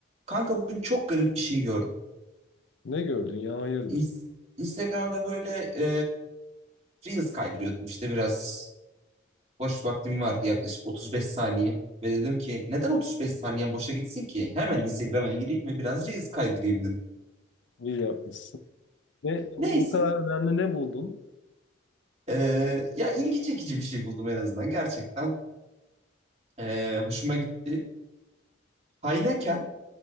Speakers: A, on the right; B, on the left.
A: Kanka bugün çok garip bir şey gördüm.
B: Ne gördün ya hayırdır?
A: İns- Instagram'da böyle e, Reels kaydırıyordum işte biraz. Boş vaktim vardı yaklaşık 35 saniye. Ve dedim ki neden 35 saniyen boşa gitsin ki? Hemen Instagram'a gireyim ve biraz Reels kaydırayım dedim.
B: İyi yapmışsın. Ne, o
A: Neyse.
B: kadar önemli ne buldun?
A: e, ya ilgi çekici bir şey buldum en azından. Gerçekten e, hoşuma gitti. Hayneken